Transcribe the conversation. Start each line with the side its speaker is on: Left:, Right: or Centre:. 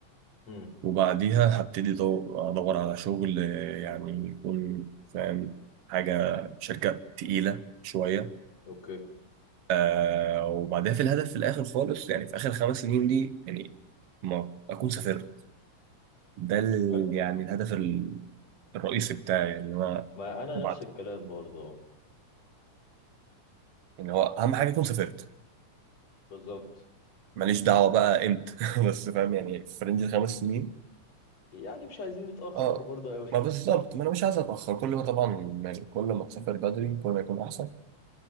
Left: امم
Right: وبعديها هبتدي دو- ادور على شغل آه، يعني يكون فاهم حاجه شركه تقيله شويه
Left: اوكي
Right: آه، وبعدها في الهدف في الاخر خالص يعني في اخر خمس سنين دي يعني ما اكون سافرت ده ال...
Left: حلو
Right: يعني الهدف ال- الرئيسي بتاعي اللي هو
Left: ما انا
Right: بعد
Left: نفس الكلام برضه اه
Right: يعني هو اهم حاجه اكون سافرت
Left: بالظبط
Right: ماليش دعوه بقى امتى <laughs> بس فاهم يعني في رينج الخمس سنين
Left: يعني مش عايزين نتاخر
Right: اه
Left: برضه قوي
Right: ما بالظبط ما انا مش عايز اتاخر كل ما طبعا مال- كل ما تسافر بدري كل ما يكون احسن